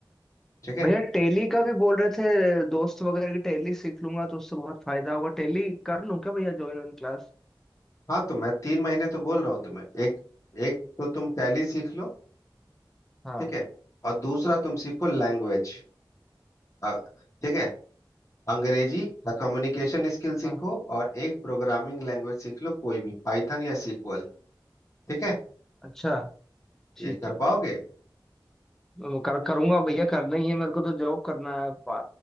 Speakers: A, on the left (about 40°); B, in the centre.
A: ठीक है
B: भैया टैली का भी बोल रहे थे दोस्त वगैरह की टैली सीख लूंगा तो उससे बहुत फायदा होगा टैली कर लूं क्या भैया ज्वाइन ऑन क्लास
A: हाँ तो मैं तीन महीने तो बोल रहा हूँ तुम्हें एक एक तो तुम टैली सीख लो
B: हाँ
A: ठीक है और दूसरा तुम सीखो लैंग्वेज ठीक है अंग्रेजी या कम्युनिकेशन स्किल सीखो
B: हाँ
A: और एक प्रोग्रामिंग लैंग्वेज सीख लो कोई भी पाइथन या सीक्वल ठीक है
B: अच्छा ठीक
A: ये कर
B: है
A: पाओगे
B: अम, कर करूंगा भैया करना ही है मेरे को तो जॉब करना है पा,